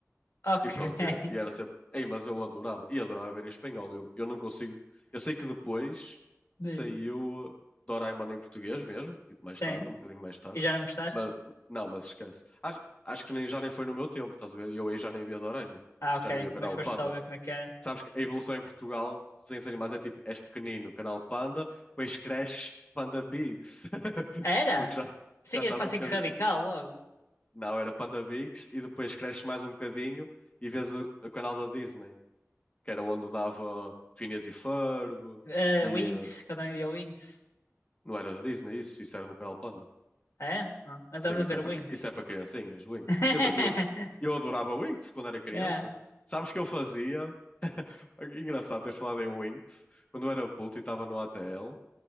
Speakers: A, on the left; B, on the left.
A: Ok.
B: E pronto,
A: <laughs>
B: e, é- e era sempre. Ei, mas eu adorava. E adorava ver em espanhol. Eu, eu não consigo. Eu sei que depois
A: Diz.
B: saiu Doraemon em português mesmo, tipo mais
A: Sim.
B: tarde, um bocadinho mais tarde.
A: E já não gostaste?
B: Mas não, mas esquece. Acho, acho que nem, já nem foi no meu tempo, estás a ver? Eu aí já nem via Doraemon.
A: Ah, ok.
B: Já nem via o canal
A: Mas foste
B: Panda.
A: só ver como é que era.
B: Sabes que a evolução em Portugal, desenhos animais, é tipo: és pequenino, canal Panda, depois cresces, Panda Bigs. <laughs>
A: Era?
B: Porque já,
A: Pensei
B: já
A: que
B: estás
A: ias para
B: um bocadinho.
A: a Radical logo.
B: Não, era PandaVigs e depois cresces mais um bocadinho e vês o, o canal da Disney, que era onde dava Phineas e Ferb
A: Eh,
B: e
A: Winx,
B: eh,
A: que eu também via Winx.
B: não era da Disney isso, isso era no canal Panda.
A: Ah, É? Ah, eu
B: Sim,
A: lembro
B: isso
A: de ver
B: é para
A: Winx.
B: cri- isso é para criancinhas, Winx.
A: <laughs>
B: Eu, ta- eu, eu adorava Winx quando era criança.
A: Yeah.
B: Sabes que eu fazia? <laughs> Engraçado teres falado em Winx. Quando eu era puto e estava no ATL,